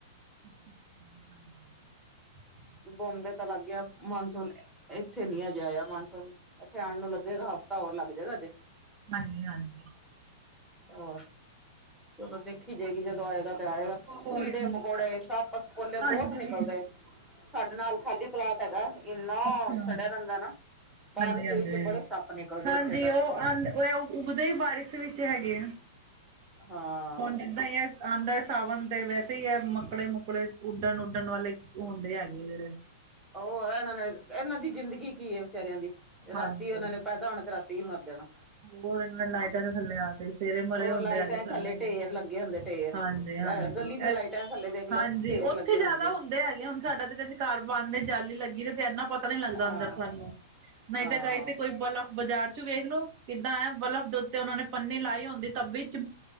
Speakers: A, on the right; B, in the centre.
A: <unintelligible>
B: ਬੋਬੇ ਤਾਂ ਲੱਗ ਗਿਆ। ਮਾਨਸੂਨ ਇੱਥੇ ਨੀ, ਅਜੇ ਆਇਆ ਮਾਨਸੂਨ। ਇੱਥੇ ਆਉਣ ਨੂੰ ਲੱਗੇਗਾ। ਹਫ਼ਤਾ ਔਰ ਲੱਗ ਜਾਏਗਾ ਅਜੇ।
A: ਹਾਂਜੀ ਹਾਂਜੀ
B: ਔਰ ਚਲੋ ਦੇਖੀ ਜਾਏਗੀ ਜਦੋਂ ਆਏਗਾ
A: ਹੋਰ
B: ਕੀੜੇ
A: ਕੀ
B: -ਮਕੌੜੇ ਸੱਪ ਸਪੋਲੇ
A: ਹਾਂਜੀ
B: ਬਹੁਤ ਨਿਕਲ਼ਦੇ ਨੇ। ਸਾਡੇ ਨਾਲ ਖਾਲੀ ਪਲਾਟ ਹੈਗਾ ਇੰਨਾ
A: ਅੱਛਾ
B: ਸੜਿਆ ਰਹਿੰਦਾ ਨਾ। ਬਾਰਿਸ਼
A: ਹਾਂਜੀ ਹਾਂਜੀ
B: ਦੇ ਵਿੱਚ ਬੜੇ ਸੱਪ ਨਿਕਲਦੇ
A: ਹਾਂਜੀ
B: ਉੱਥੇ ਤੱਕ
A: ਉਹ ਆਂਦੇ ਉ ਉਗਦੇ ਹੀ ਬਾਰਿਸ਼ ਵਿੱਚ ਹੈਗੇ ਆ।
B: ਹਾਂ
A: ਹੁਣ ਜਿੱਦਾਂ ਇਹ ਹੈ ਆਉਂਦਾ ਸਾਵਣ ਤੇ ਵੈਸੇ ਹੀ ਇਹ ਮੱਕੜੇ ਮੁੱਕੜੇ ਉੱਡਣ-ਉੱਡਣ ਵਾਲੇ। ਹੁੰਦੇ ਹੈਗੇ ਆ ਫਿਰ
B: ਉਹ ਇਹਨਾਂ ਨੇ ਇਹਨਾਂ ਦੀ ਜ਼ਿੰਦਗੀ ਕੀ ਹੈ ਵਿਚਾਰਿਆਂ ਦੀ
A: ਹਾਂਜੀ
B: ਰਾਤੀ ਉਹਨਾ ਨੇ ਪੈਦਾ ਹੋਣਾ, ਤੇ ਰਾਤੀ ਹੀ ਮਰ ਜਾਣਾ।
A: ਹੋਰ ਇਨਾਂ ਲਾਈਟਾਂ ਦੇ ਥੱਲੇ ਆ ਕੇ ਸਵੇਰੇ ਮਰੇ
B: ਉਹ
A: ਹੁੰਦੇ
B: ਲਾਈਟਾਂ
A: ਹੇਗੇ ਥੱਲੇ ਕਿੱਦਾਂ
B: ਢੇਰ ਲੱਗੇ ਹੁੰਦੇ ਢੇਰ
A: ਹਾਂਜੀ- ਹਾਂਜੀ।
B: ਗਲੀ ਦੀਆਂ ਲਾਈਟਾਂ ਥੱਲੇ ਦੇਖਲੋ
A: ਹਾਂਜੀ
B: ਢੇਰ
A: ਉੱਥੇ
B: ਲੱਗੇ ਹੋਣਗੇ
A: ਜ਼ਿਆਦਾ ਹੁੰਦੇ ਹੈਗੇ ਹੁਣ ਸਾਡਾ ਤੇ ਜਿੱਦਾਂ ਘਰ ਬੰਦ ਜਾਲੀ ਹੀ ਲੱਗੀ ਤੇ ਇੰਨਾ ਪਤਾ ਨੀ ਲੱਗਦਾ
B: ਹਾਂ
A: ਅੰਦਰ ਸਾਨੂੰ ਨਹੀਂ
B: ਹਾਂ
A: ਤੇ ਕਈ ਤੇ ਕੋਈ ਬਲਬ ਬਾਜ਼ਾਰ 'ਚ ਵੇਖਲੋ, ਕਿੱਦਾਂ ਹੈ ਬਲਫ਼ ਦੇ ਉੱਤੇ ਉਹਨਾਂ ਨੇ ਪੰਨੀ ਲਾਈ ਹੁੰਦੀ ਤਬੀ